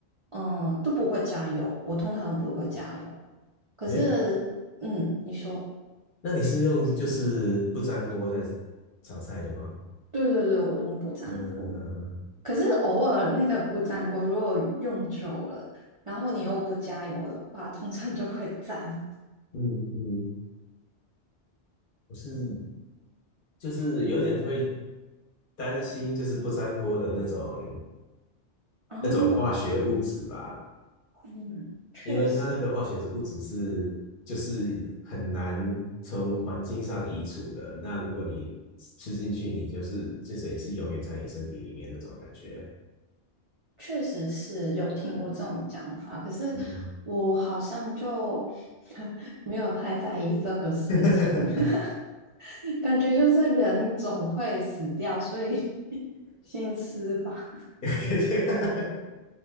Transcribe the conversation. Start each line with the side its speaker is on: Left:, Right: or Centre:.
Right: 嗯、呃都不会加油，我通常都不会加油。可是嗯，
Left: <laughs> 诶，
Right: 你说
Left: 那你是用就是不粘锅在炒菜的吗？
Right: 对对对，我用不粘锅。
Left: 嗯嗯，
Right: 可是偶尔那个不粘锅，如果用久了，然后你又不加油的话，通常就会粘。
Left: 嗯嗯嗯，我是就是有点会担心，就是不粘锅的那种
Right: 哦，
Left: 那种化学物质吧。
Right: 嗯，确实，
Left: 因为它那个化学是物质是就是很难从环境上移除的，那如果你吃进去，你就是就等于是永远在你身体里面那种感觉。
Right: 确实是有听过这种讲法，可是我好像就
Left: 嗯，
Right: <laughs> 没有太在意这个事情，
Left: <laughs>
Right: <laughs> 感觉就是人总会死掉，所以 <laughs> 先吃吧。
Left: 有感觉。